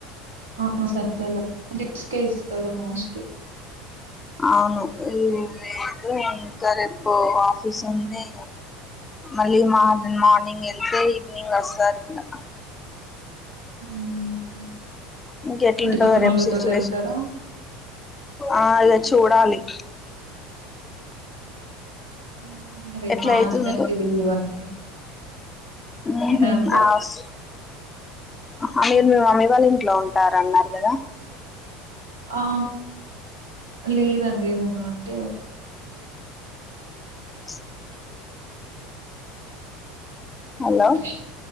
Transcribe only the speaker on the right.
ఆహా. సెంట్రల్ <unintelligible> డిపస <unintelligible> కే ఇస్తారు మోస్ట్లీ.
హ్మ్.
ఇంటి పక్కనోళ్ళతోటెళ్తారా?
హ్మ్. రేపు
మా
హస్బెండ్ కి లీవ్ అండి.
నేనప్ప
ఆ లేదండి, ఏదేనా అంటే.
హుష్,